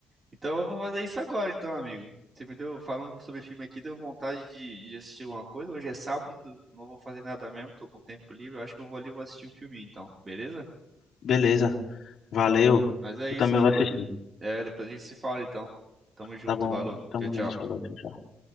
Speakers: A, on the right; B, on the left.
A: Então eu vou fazer isso agora, então, amigo. Você me deu, falando sobre filme aqui, deu vontade de, de assistir alguma coisa. Hoje é sábado, não vou fazer nada mesmo, tô com tempo livre. Eu acho que eu vou ali e vou assistir um filminho, então, beleza?
B: Beleza. Valeu.
A: Mas é
B: Eu
A: isso,
B: também
A: mano.
B: vou
A: Depois,
B: assistir.
A: é, depois a gente se fala, então. Tamo junto,
B: Tá bom.
A: valeu.
B: Tamo
A: Tchau, tchau.
B: junto. Falou. Tchau, tchau.